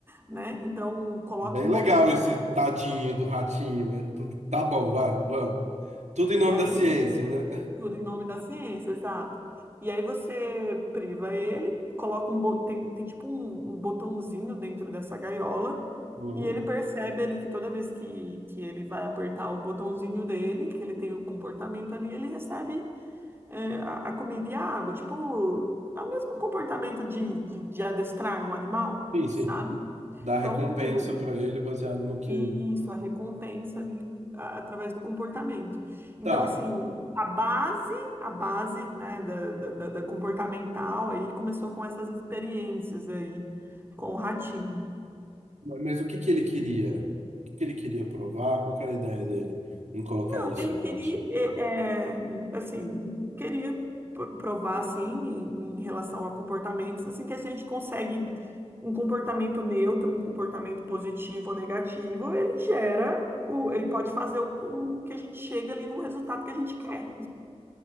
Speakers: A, on the right; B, on the right.
A: né? Então coloca
B: Bem
A: um
B: legal
A: botãozinho,
B: esse tadinho do ratinho, né? Tudo, tá bom, vai, vamos. Tudo em nome
A: e aí
B: da ciência, né?
A: Tudo em nome da ciência, exato. E aí você priva ele, coloca um bo- tem, tem tipo um, um botãozinho dentro dessa gaiola,
B: Uhum.
A: e ele percebe ali que toda vez que, que ele vai apertar o botãozinho dele, que ele tem o comportamento ali, ele recebe é, a, a comida e a água. Tipo, é o mesmo comportamento de, de, de adestrar um animal,
B: Sim, sim.
A: sabe?
B: Dá
A: Então,
B: recompensa pra ele baseado no que.
A: isso, a recompensa ali a- através do comportamento. Então,
B: Tá,
A: assim, o- a base, a base, né, da, da, da- da comportamental aí começou com essas experiências aí com o ratinho.
B: ma- mas o que que ele queria? O que que ele queria provar? Qual que era a ideia dele em colocar
A: Não,
B: isso
A: ele
B: no
A: queria,
B: ratinho?
A: é, é, assim, queria pr- provar, assim, em, em relação a comportamentos, assim, que a gente consegue um comportamento neutro, um comportamento positivo ou negativo, ele gera, o, ele pode fazer o, o que a gente chega ali no resultado que a gente quer.